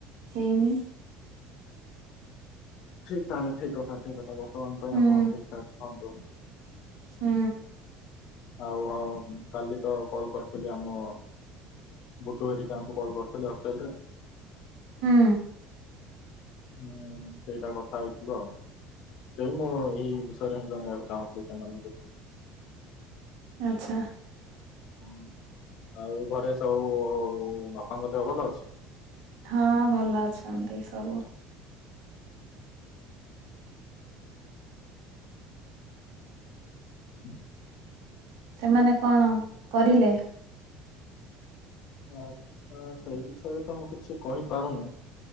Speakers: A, on the right; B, on the left.
A: ହେଇନି।
B: ଠିକ ତାହେଲେ ଠିକ କଥା ଠିକ କଥା ବର୍ତ୍ତମାନ ପାଇଁ
A: ହୁଁ
B: ଆପଣ ଠିକ ଠାକ୍ ଥାଆନ୍ତୁ।
A: ହୁଁ।
B: ଆଉ ହଁ କାଲି ତ କଲ କରିଥିଲି ଆମ ବୁଡୁ ହେରିକାଙ୍କୁ କଲ କରିଥିଲି ହଷ୍ଟେଲରେ
A: ହୁଁ।
B: ହୁଁ ସେଇଟା କଥା ହେଇଥିଲୁ ଆଉ। ସେଇ ମୁଁ ଏଇ ବିଷୟରେ ହିଁ ଜଣେଇବାକୁ ଚାହୁଁଥିଲି ସେମାନଙ୍କୁ।
A: ଆଛା।
B: ହଁ ଆଉ ଘରେ ସବୁ ବାପାଙ୍କ ଦେହ ଭଲ ଅଛି?
A: ହଁ ଭଲ ଅଛନ୍ତି ସବୁ।
B: ହୁଁ
A: ସେମାନେ କଣ କରିଲେ?
B: ଆଚ୍ଛା ସେ ସେଇ ବିଷୟରେ ତ ମୁଁ କିଛି କହିପାରୁନି